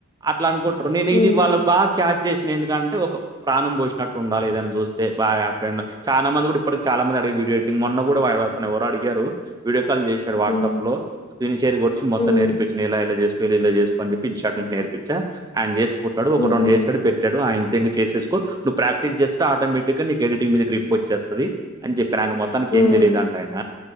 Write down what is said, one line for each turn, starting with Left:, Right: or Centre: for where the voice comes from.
Right: అట్ల అకుంటారు నేను ఇది
Left: ఉమ్
Right: వాళ్ళక్ బాగా క్యాచ్ చేస్ ఎందుకంటే ఒక ప్రాణం పోసినట్టు ఉండాలే ఏదన్న చూస్తే బాగా చాలా మంది కూడా ఇప్పటికి చాలా మంది అడిగి వీడియో టింగ్ మొన్న కూడా వ అతను ఎవరో అడి గరు వీడియో కాల్ చేశారు వాట్సాప్
Left: ఉమ్
Right: లో స్్రీన్ షేర్ వచ్చి మొత్తం
Left: ఉమ్
Right: నేర్పించిన ఇలా ఇలా చేస్ చేసుకోని ప్పిన్ షార్డెస్ నేర్ించా ఆయ చేసుకుంటాడు ఒక
Left: ఉహు
Right: రెండు చేసాడు పెట్టాడు ఆయన్ చేసేసుకో నువ్వు ప్రాక్టీస్ చేస్తే ఆటోమేటిక్ గా నీకు ఎడిటింగ్ మీద గ్రిప్ వచ్చేస్తది అని చెప్ ఆయన మొత్తానికి
Left: ఉమ్
Right: ఏం తెలియదంట ఆయన